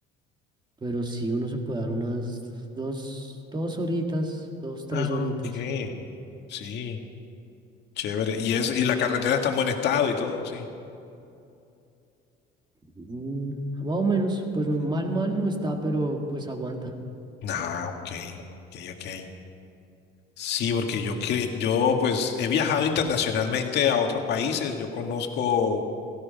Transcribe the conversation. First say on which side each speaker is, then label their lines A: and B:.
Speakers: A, on the right; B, on the left.
A: pero sí uno se puede dar unas dos, dos horitas, dos, tres
B: Ah,
A: horitas.
B: ok. Sí, chévere. Y es, y la carretera está en buen estado y todo, sí.
A: Mm, más o menos, pues no- mal, mal no está, pero pues aguanta.
B: Ah, ok. Ok, ok. Sí, porque yo que yo pues he viajado internacionalmente a otros países. Yo conozco